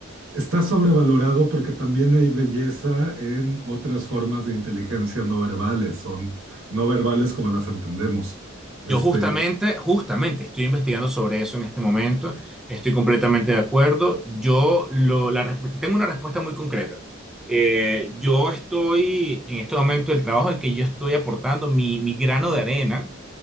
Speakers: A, on the right (about 70°); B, in the centre.
A: Está sobrevalorado porque también hay belleza en otras formas de inteligencia no verbales, son no verbales como las entendemos. Este,
B: Yo justamente, justamente estoy investigando sobre eso en este momento, estoy completamente de acuerdo. Yo lo, la, resp- tengo una respuesta muy concreta. Eh, yo estoy, en este momento, el trabajo en que yo estoy aportando mi, mi grano de arena